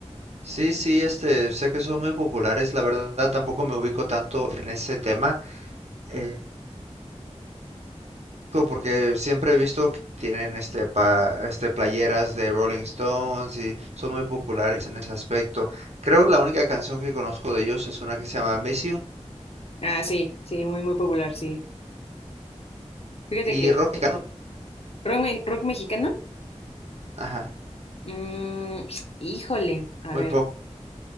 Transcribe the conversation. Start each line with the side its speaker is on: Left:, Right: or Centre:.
Right: Sí, sí, este, sé que son muy populares, la verdad tampoco me ubico tanto en ese tema. eh, porque siempre he visto que tienen este, pa, este playeras de Rolling Stones y son muy populares en ese aspecto. Creo la única canción que conozco de ellos es una que se llama Miss You
Left: Ah, sí, sí, muy, muy popular, sí. Fíjate
Right: y
Left: que
Right: rock mexicano,
Left: rock, me- rock mexicano,
Right: ajá,
Left: mm, híjole, a
Right: muy
Left: ver.
Right: poco.